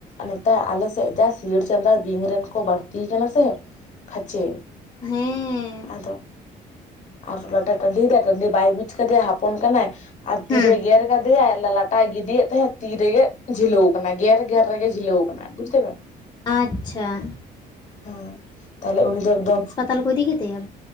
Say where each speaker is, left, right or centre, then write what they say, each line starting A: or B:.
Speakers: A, on the left; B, on the left.
A: ᱱᱮᱛᱟᱨ ᱟᱞᱮᱥᱮᱫ ᱡᱟ ᱥᱤᱭᱟᱹᱟᱹᱲ ᱪᱟᱸᱫᱟ ᱵᱤᱧ ᱨᱮᱱ ᱠᱚ ᱵᱟᱹᱲᱛᱤ ᱠᱟᱱᱟ ᱥᱮ ᱠᱷᱟᱪᱮ
B: ᱦᱮᱸ ᱾
A: ᱟᱫᱚ ᱟᱨ ᱞᱟᱴᱟ ᱴᱟᱺᱰᱤ <unintelligible> ᱵᱟᱭ ᱪᱮᱠᱟᱫᱮᱟᱭ ᱦᱚᱯᱚᱱ ᱠᱟᱱᱟᱭ ᱟᱨ ᱛᱤᱨᱮ
B: ᱦᱮᱸ
A: ᱜᱮᱨ ᱠᱟᱫᱮᱭᱟᱭ ᱛᱟᱭ ᱜᱤᱰᱤᱭᱮᱫ ᱛᱟᱦᱮᱸᱜ ᱛᱤ ᱨᱮᱜᱮ ᱡᱷᱤᱞᱟᱹᱣ ᱟᱠᱟᱱᱟ ᱜᱮᱨ ᱜᱮᱨ ᱨᱮᱜᱮ ᱡᱷᱤᱞᱟᱹᱣ ᱟᱠᱟᱱᱟ ᱵᱩᱡᱽ ᱫᱟᱹᱵᱮᱱ ᱾
B: ᱟᱪᱪᱷᱟ ᱾
A: ᱦᱮᱸ ᱛᱟᱦᱞᱮ ᱩᱱᱤ ᱫᱚ ᱮᱠᱫᱚᱢ
B: ᱟᱥᱯᱟᱛᱟᱞ ᱠᱚ ᱤᱫᱤ ᱠᱮᱫᱮᱭᱟ?